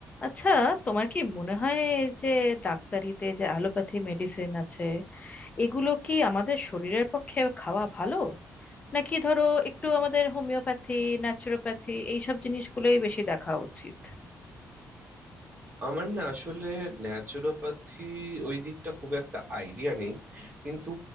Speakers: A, on the left; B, on the right.
A: আচ্ছা তোমার কি মনে হয় যে ডাক্তারিতে যে অ্যালোপ্যাথি মেডিসিন আছে এগুলো কি আমাদের শরীরের পক্ষে খাওয়া ভালো নাকি ধরো একটু আমাদের হোমিওপ্যাথি ন্যাচুরোপ্যাথি এইসব জিনিসগুলোই বেশি দেখা উচিত
B: আমার না আসলে ন্যাচুরোপ্যাথি ওই দিকটা খুব একটা আইডিয়া নেই কিন্তু